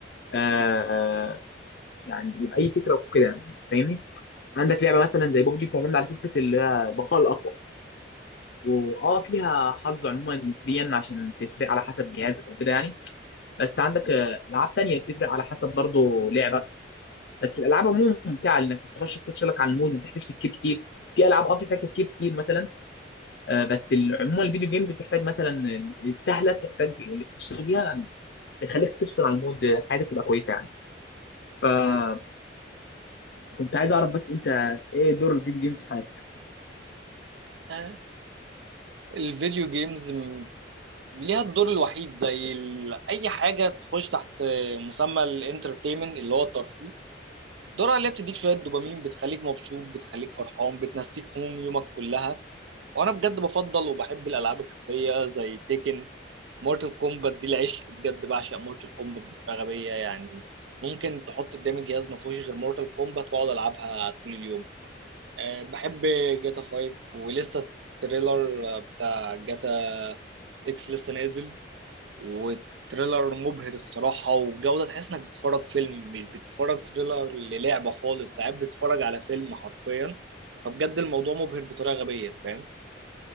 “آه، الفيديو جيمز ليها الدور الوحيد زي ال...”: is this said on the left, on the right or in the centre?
Right